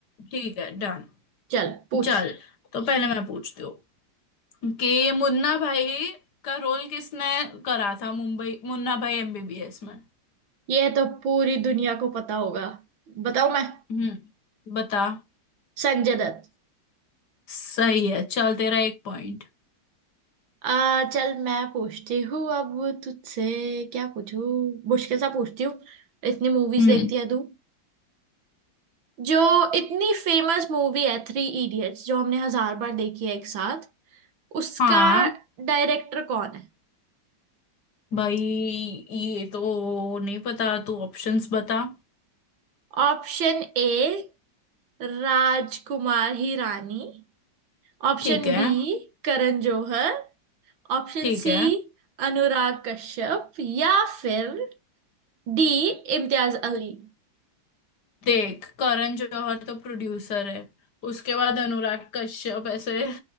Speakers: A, on the left; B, on the right.
A: ठीक है डन
B: चल पूछ
A: चल तो पहले मैं पूछती हूँ कि मुन्ना भाई का रोल किसने करा था मुंबई मुन्ना भाई एमबीबीएस में
B: ये तो पूरी दुनिया को पता होगा बताओ मैं
A: हम्म बता
B: संजय दत्त
A: सही है चल तेरा एक पॉइंट
B: आ, चल मैं पूछती हूँ अब तुझसे क्या पूछूं मुश्किल सा पूछती हूँ इतनी मूवीज
A: हम्म
B: देखती है तू जो इतनी फेमस मूवी है थ्री इडियट्स जो हमने हजार बार देखी है एक साथ उसका
A: हाँ
B: डायरेक्टर कौन है
A: भाई ये तो नहीं पता तू ऑप्शंस बता
B: Option A Rajkumar Hirani Option
A: ठीक है
B: B Karan Johar Option
A: ठीक
B: C
A: है
B: Anurag Kashyap या फिर D Imtiaz Ali
A: देख करण जौहर तो प्रोड्यूसर है उसके बाद अनुराग कश्यप ऐसे